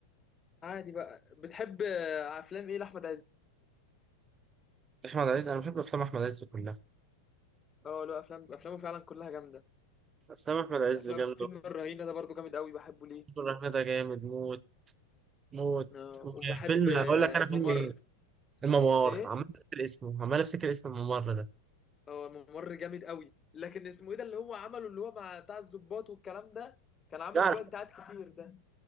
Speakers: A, on the left; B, on the right.
A: عادي بقى بتحب آه، افلام ايه لاحمد عز
B: احمد عز انا بحب افلام احمد عز كلها
A: اه له افلام افلامه فعلا كلها جامدة
B: افلام احمد عز
A: افلام
B: جامده
A: فيلم الرهينة ده برضه جامد قوي بحبه ليه
B: الفيل الرحمن ده جامد موت موت
A: آه وبحب
B: فيلم
A: آه،
B: اقول لك انا
A: الممر
B: فيلم ايه الممر
A: ايه
B: عمال افتكر اسمه عمال افتكر اسم الممر ده
A: هو ممر جامد قوي لكن اسمه ايه ده اللي هو عمله اللي هو مع بتاع الضباط والكلام ده كان عامل
B: لا
A: اللي
B: على
A: بيقعد يتعاد كتير ده